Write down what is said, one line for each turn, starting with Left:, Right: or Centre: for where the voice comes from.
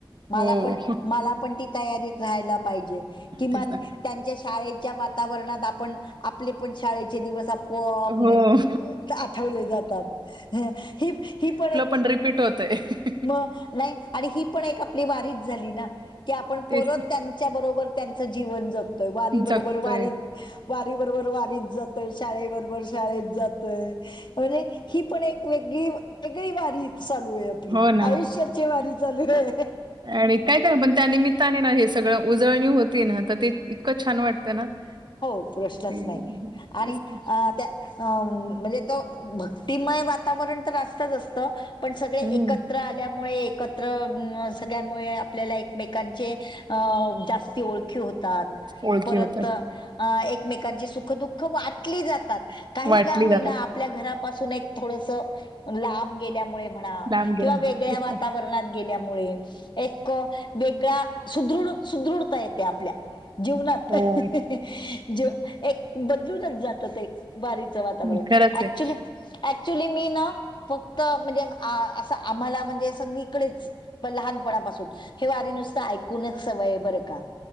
Left: मला
Right: हो.
Left: पण, मला पण ती तयारीत राहायला पाहिजे किमान
Right: तेच ना.
Left: त्यांच्या शाळेच्या वातावरणात आपण, आपले पण शाळेचे दिवस आप पपने
Right: हो.
Left: आठवले जातात, हं ही ही पण एक
Right: रिपट होत. तर ह
Left: म नाही आणि ही पण एक आपली वारीच झाली ना की आपण परत
Right: तेच
Left: त्यां च्या बरोबर त्यांच जीवन जगतोय, वारीबरोबर
Right: जगतोय
Left: वारीत, वारी बरोबर वारीत जातो. शाळेबरोबर शाळेत जातोय, म्हणजे ही पण एक वेगळी वेगळी वारी चालूय आपली.
Right: हो ना
Left: आयुष्याची वारी चालूय.
Right: आणि काय काय पण त्यानिमित्ताने ना हे सगळं उजळणी होती ना तर ते इतकं छान वाटतं ना.
Left: हो प्रश्नच
Right: की
Left: नाही, आणि
Right: तेच ना
Left: अं त्या अं म्हणजे भक्तिमय वातावरण तर असतच असत, पण सगळे एकत्र
Right: हम्म
Left: एकत्र आल्यामुळे, एकत्र सगळ्यांमुळे आपल्याला एकमेकांचे अ, जास्ती ओळखी होतात
Right: ओळखी
Left: परत,
Right: होतात
Left: एक एकमेकांची सुख -दुःख वाटली जातात काही
Right: वाटली
Left: का होईना
Right: जातात
Left: आपल्या घरापासून एक थोडस लांब गेल्यामुळे म्हणा,
Right: लांब गेल्या
Left: किंवा वेगळ्या
Right: तेच
Left: वातावरणात
Right: ना
Left: गेल्यामुळे, एक वेगळा सुदृढ, सुदृढता येते आपल्या- जीवनात
Right: हो
Left: हे, हे ज एक बदलूनच जात ते वारीचं वातावरण
Right: मग खरंच
Left: ऍक्च्युली,
Right: आहे
Left: ऍक्च्युली मी ना फक्त म्हणजे, आं असं आम्हाला म्हणजे सगळीकडेच. लहानपणापासून. हे वारी नुसतं ऐकूनच सवयय बरं का.